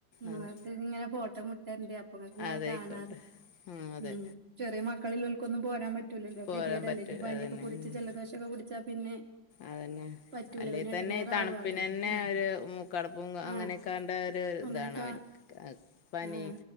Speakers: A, on the right; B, on the left.
A: നിങ്ങക്ക്
B: അതെ
A: ഇങ്ങനെ ഫോട്ടം ഇട്ടരൻ്റ് അപ്പ ഇങ്ങക്കിങ്ങനെ
B: അതെ
A: കാണാലോ.
B: ആയിക്കോട്ടെ ആ അതെ
A: ഉം ചെറിയ മക്കളില്ലേൽക്കൊന്നും പോരാൻ പറ്റൂല്ലല്ലോ.
B: പോരാൻ
A: ഗതികേടല്ലേ.
B: പറ്റില്ല
A: ഇനിയിപ്പെ പനിയൊക്കെ
B: അതന്നെ
A: പിടിച്ച്
B: ഉം.
A: ജലദോഷൊക്കെ പിടി ച്ചാ പിന്നെ
B: അതന്നെ.
A: പറ്റൂല
B: അല്ലെങ്കി
A: പിന്നെ
B: തന്നെ
A: എടങ്ങേറാവും
B: ഈ തണുപ്പിന്
A: ആകെ
B: തന്നെ
A: ആഹ്
B: ഒരു മൂക്കടപ്പും അങ്ങനെയൊക്കാണ്ട്
A: ആഹ്
B: ഒരു
A: അങ്ങനൊക്കെ
B: ഇതാണ് അവനിക്ക്. ക്ക് പനി
A: ആഹ്